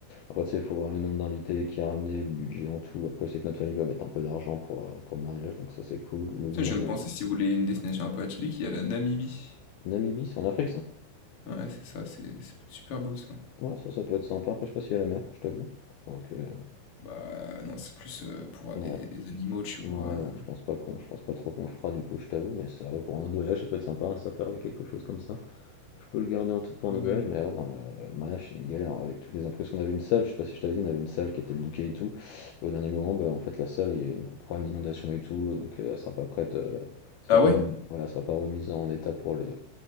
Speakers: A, on the left (about 75°); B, on the left (about 45°).
A: Après tu sais, il faut voir le nombre d'invités qui a ramené, le budget en tout. Après, c'est que notre famille va mettre un peu d'argent pour, euh, pour le mariage, donc ça c'est cool. Le lieu,
B: Tiens, je
A: on
B: viens de
A: veut.
B: penser, si vous voulez une destination un peu atypique, il y a la Namibie.
A: Namibie, c'est en Afrique ça?
B: Ouais, c'est ça, c'est c'est peut-être super beau ça.
A: Ouais, ça, ça peut être sympa, après je sais pas s'il y a la mer, je t'avoue. Donc, euh,
B: Bah non, c'est plus euh, pour voir
A: ouais.
B: des, des animaux, tu vois.
A: Ouais,
B: euh.
A: non, je pense pas qu'on, je pense pas trop qu'on le fera du coup, je t'avoue, mais ça, ouais, pour un autre voyage, ça peut être sympa, un safari, quelque chose comme ça. Je peux le garder en tête pour un autre
B: Ouais.
A: voyage, mais ouais, dans le mariage, c'est une galère avec tous les imprévus. qu'on avait une salle, je sais pas si je t'avais dit, on avait une salle qui était bouquée et tout. Au dernier moment, bah, en fait, la salle, il y a eu un problème d'inondation et tout, donc euh, elle sera pas prête, euh, elle sera
B: Ah ouais?
A: pas remise, ouais, elle sera pas remise en état pour le,